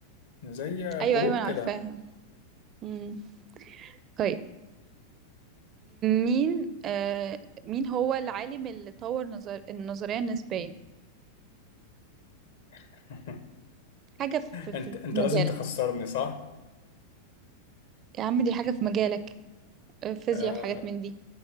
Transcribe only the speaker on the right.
ايوه
ايوه انا
عارفاها امم طيب مين آه مين هو العالم اللي طور نظر النظرية النسبية
حاجة في,
في,
في مجالك
يا عم دي حاجة في مجالك آه، فيزياء
وحاجات من دي